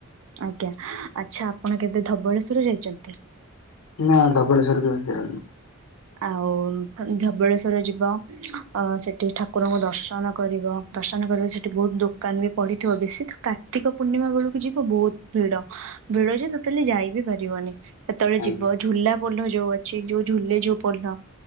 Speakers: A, on the right; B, on the left.
A: ଆଜ୍ଞା ଆଚ୍ଛା ଆପଣ କେବେ ଧବଳେଶ୍ୱର ଯାଇଛନ୍ତି?
B: ନା ଧବଳେଶ୍ଵର କେବେ ଯାଇନି।
A: ଆଉ ଥରେ ଧବଳେଶ୍ଵର ଯିବ ଅ ସେଠି ଠାକୁରଙ୍କୁ ଦର୍ଶନ କରିବ ଦର୍ଶନ କରିବ ସେଠି ବହୁତ ଦୋକାନ ବି ପଡିିଥିବ ବେଶୀ ତ କାର୍ତ୍ତିକ ପୂର୍ଣ୍ଣିମା ବେଳକୁ ଯିବ ବହୁତ ଭିଡ ଭିଡ ଯେ ଟୋଟାଲି ଯାଇ ବିି ପାରିବନି। ସେତେବେଳେ ଯିବ
B: ଆଜ୍ଞା
A: ଝୁଲା ପୋଲ ଯୋଉ ଅଛି ଯୋଉ ଝୁଲେ ଯୋଉ ପୋଲ